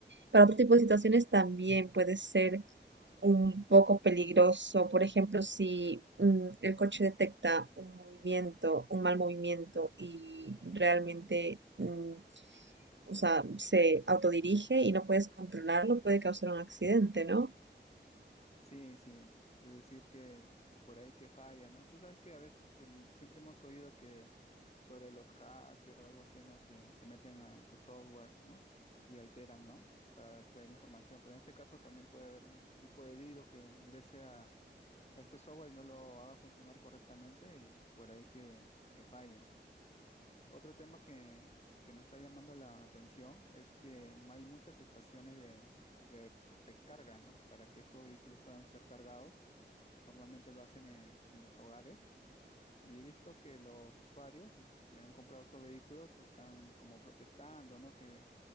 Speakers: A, on the right; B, on the left.
A: para otro tipo de situaciones también puede ser un poco peligroso. Por ejemplo, si mm, el coche detecta un movimiento, un mal movimiento y realmente... mm, o sea, se autodirige y no puedes controlarlo, puede causar un accidente, ¿no?
B: Sí, sí, es decir que por ahí que falla, ¿no? Tú sabes que a veces que el- siempre hemos oído que sobre los hackers o algo así, ¿no? Que se meten al, al software, ¿no? Y alteran, ¿no? Para extraer información. Pero en este caso también puede haber un tipo de virus que ingrese a, a este software y no lo haga funcionar correctamente y por ahí que, que fallen. Otro tema que, que me está llamando la atención es que no hay muchas estaciones de, de recarga, ¿no? Para que estos vehículos puedan ser cargados Normalmente lo hacen en, en los hogares. Y he visto que los usuarios que han comprado estos vehículos están como protestando, ¿no? Que